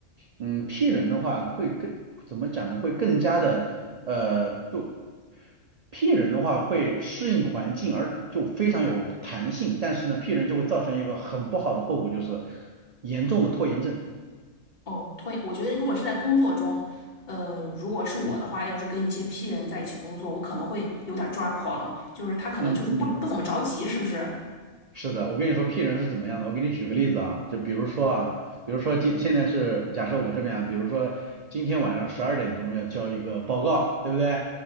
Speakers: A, on the right; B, on the left.
A: 嗯，P 人的话会更怎么讲呢？会更加的呃，就 P 人的话会适应环境，而就非常有弹性。但是呢，P 人就会造成一个很不好的后果，就是严重的拖延症。
B: 哦，拖延我觉得如果是在工作中，呃，如果是我的话，
A: 嗯
B: 要是跟一些 P 人在一起工作，我可能会有点抓狂，就是他可能就是不不怎么着急，
A: 嗯嗯，
B: 是不是？
A: 是的，我跟你说 P 人是怎么样的，我给你举个例子啊，就比如说啊，比如说今现在是假设我这边啊，比如说今天晚上十二点钟要交一个报告，对不对？